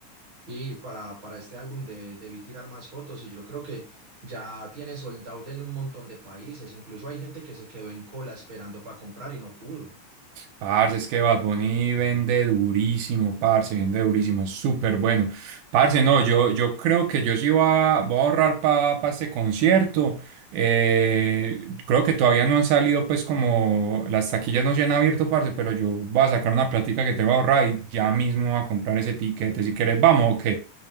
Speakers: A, on the right; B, on the right.
A: Y para, para este álbum de, debí tirar más fotos y yo creo que ya tiene sold out en un montón de países. Incluso hay gente que se quedó en cola esperando para comprar y no pudo.
B: Parce, es que Bad Bunny vende durísimo, parce, vende durísimo, es súper bueno. Parce, no, yo, yo creo que yo sí voy a, voy a ahorrar para este concierto. Eh, creo que todavía no han salido, pues, como las taquillas no se han abierto, parce, pero yo voy a sacar una plática que tengo ahorrada y ya mismo voy a comprar ese tiquete. Si querés, vamos, ok.